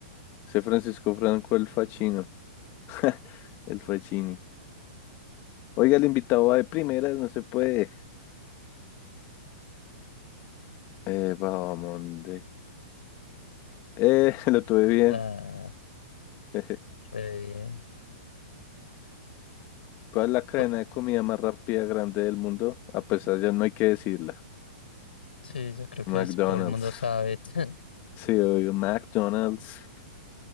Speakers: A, on the left; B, on the left.
A: Sé Francisco Franco el Facchino. <laughs> El Facchini. Oiga, el invitado va de primeras, no se puede. Eh, Babamonde. Eh, <laughs> lo tuve bien.
B: Ah,
A: <laughs>
B: re bien.
A: ¿Cuál es la cadena
B: Cu-
A: de comida más rápida grande del mundo? A pesar ya no hay que decirla.
B: Sí, yo creo que
A: McDonald's.
B: es- todo el mundo sabe. <laughs>
A: Sí, obvio, McDonald's.